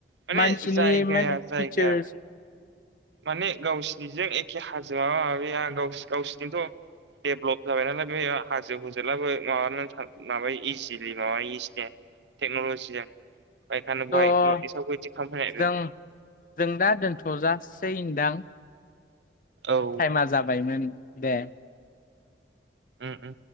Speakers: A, on the right; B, on the left.
A: माने
B: मानसिनि
A: जायगाया
B: माने
A: जायगाया
B: फिचार्स
A: माने गावसिनिजों एखे हाजोआ माबाया गाव गावसिनिथ' देभेलप जाबाय नालाय बे हाजो हुजलाबो माबानानै माबायो इजिलि माबायोस दे टेक्न'ल'जिजों बायखानो
B: थ'
A: बहाय नर्थ इस्टआवबो बिदि खालामफैनायदों
B: जों जों दा दोनथ' जासि गोन दां
A: औ उम
B: टाइमा जाबायमोन दे
A: ओ ओ